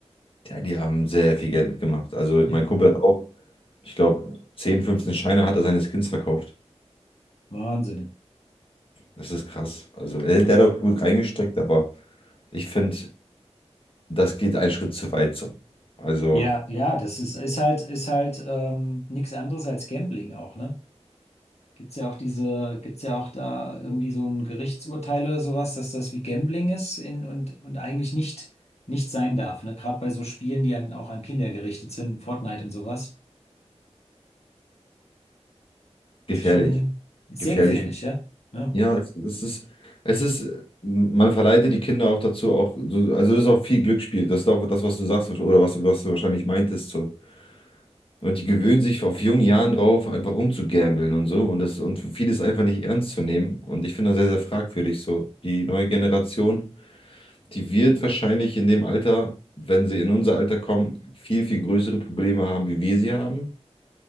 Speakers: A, on the left (about 55°); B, on the left (about 70°).
A: Ja, die haben sehr viel Geld mitgemacht. Also
B: Ja,
A: mein Kumpel hat auch, ich glaube, 10, 15 Scheine hat er seines Kindes verkauft.
B: Wahnsinn.
A: Das ist krass. Also der, der hat auch gut reingesteckt, aber ich finde, das geht einen Schritt zu weit so. Also
B: Ja, ja, das ist, ist halt, ist halt ähm, nichts anderes als Gambling auch, ne? Gibt's ja auch diese, gibt's ja auch da irgendwie so ein Gerichtsurteil oder sowas, dass das wie Gambling ist in, und, und eigentlich nicht, nicht sein darf, ne? Gerade bei so Spielen, die an, auch an Kinder gerichtet sind, Fortnite und sowas.
A: gefährlich.
B: Das ist schon sehr
A: Gefährlich.
B: gefährlich, ja? Ja,
A: Ja, es, es ist, es ist, man verleitet die Kinder auch dazu, auch, so, also das ist auch viel Glücksspiel. Das ist auch das, was du sagst oder was, was du wahrscheinlich meintest. So. Und die gewöhnen sich auf jungen Jahren drauf, einfach rumzugambeln und so. Und das, und vieles einfach nicht ernst zu nehmen. Und ich finde das sehr, sehr fragwürdig so. Die neue Generation, die wird wahrscheinlich in dem Alter, wenn sie in unser Alter kommen, viel, viel größere Probleme haben, wie wir sie haben,